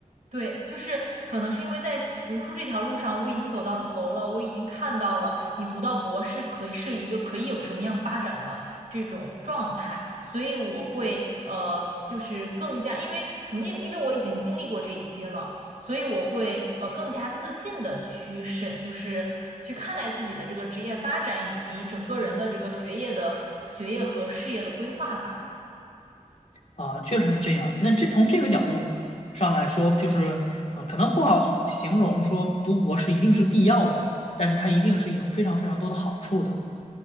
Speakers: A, on the right; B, on the left.
A: 对，就是可能是因为在学读书这条路上，我已经走到头了，我已经看到了你读到博士可以是一个可以有什么样发展的这种状态，所以我会呃，就是更加，因为可能因因为我已经经历过这一些了，所以我会呃更加自信的去审，就是去看待自己的这个职业发展以及整个人的这个学业的学业和事业的规划吧。
B: 啊，确实是这样。那这从这个角度上来说，就是，嗯，可能不好形容说读博士一定是必要的，但是它一定是有非常非常多的好处的。